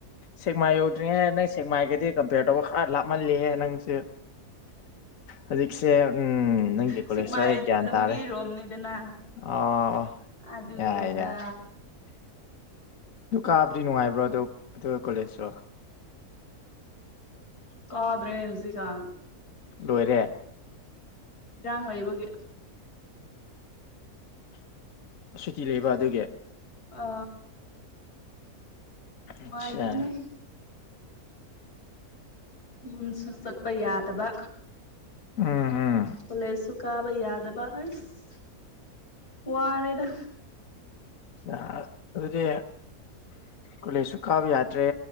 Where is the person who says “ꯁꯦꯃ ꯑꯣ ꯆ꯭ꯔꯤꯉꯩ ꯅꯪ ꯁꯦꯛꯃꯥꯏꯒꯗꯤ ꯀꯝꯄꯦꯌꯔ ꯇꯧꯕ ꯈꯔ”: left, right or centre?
Left